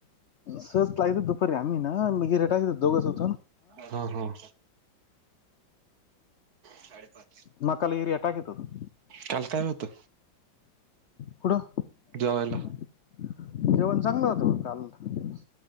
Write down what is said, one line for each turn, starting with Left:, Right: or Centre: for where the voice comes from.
Left: सस लावीत होत दुपारी, आमि ना इरा टाकत होतो दोघस होतो.
Right: ह ह. साडे पाच
Left: मकाले येरीया टाकत होतो.
Right: काल काय होतं?
Left: कुडं?
Right: जेवायला.
Left: जेवण चांगलं होतं का काल?